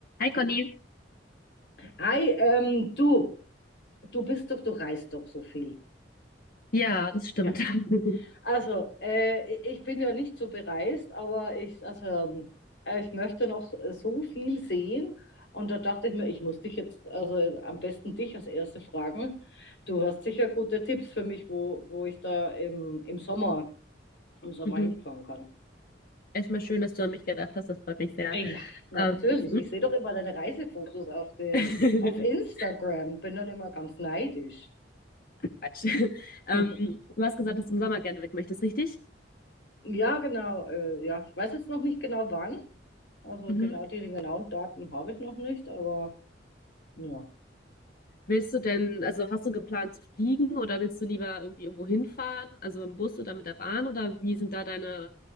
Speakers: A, on the left; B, on the left.
A: Hi Conny.
B: Hi, ähm, du, du bist doch, du reist doch so viel.
A: Ja, das stimmt.
B: Ja,
A: <laughs>
B: also äh, ich bin ja nicht so bereist, aber ich, also, ähm, äh, ich möchte noch so viel sehen. Und da dachte ich mir, ich muss dich jetzt, also äh, am besten dich als Erste fragen. Du hast sicher gute Tipps für mich, wo, wo ich da im, im Sommer, im Sommer
A: Mhm.
B: hinfahren kann.
A: Erstmal schön, dass du an mich gedacht hast. Das freut mich sehr.
B: Ja, Natürlich,
A: Ähm,
B: ich sehe doch immer deine Reisefotos auf den,
A: <laughs>
B: auf Instagram, bin dann immer ganz neidisch.
A: Quatsch. Ähm,
B: <laughs>
A: du hast gesagt, dass du im Sommer gerne weg möchtest, richtig?
B: Ja, genau. Äh, ja, ich weiß jetzt noch nicht genau wann. Also
A: Mhm.
B: genau die, die genauen Daten habe ich noch nicht, aber ja.
A: Willst du denn, also hast du geplant zu fliegen oder willst du lieber irgendwie irgendwo hinfahren? Also im Bus oder mit der Bahn oder wie sind da deine